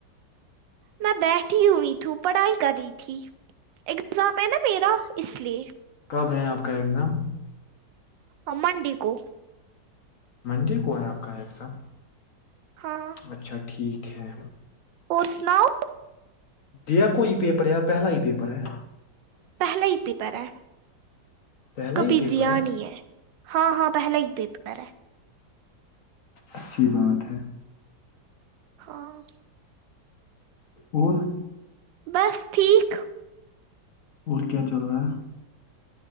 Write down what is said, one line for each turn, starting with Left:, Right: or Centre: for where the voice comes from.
Right: میں بیٹھی ہوئی تھی پڑھائی کر رہی تھی ایگزام ہے نا میرا اس لیے
Left: کب ہے آپ کا اگزام
Right: امنڈ کوو
Left: منڈے کو ہے آپ کا ایگزام
Right: ہاں
Left: اچھا ٹھیک ھھ
Right: اور سناؤ
Left: دیا کوئی پیپر یا پہلا ہی پیپر ہے
Right: پہلا ہی پیپر ہے
Left: پہلا
Right: کبھی
Left: ہی پیپر
Right: دیا نہیں ہے ہاں ہاں پہلا ہی پیپر ہے
Left: اچھیی بات ہے
Right: ہاں
Left: اور
Right: بس ٹھیک
Left: اور کیا چلاا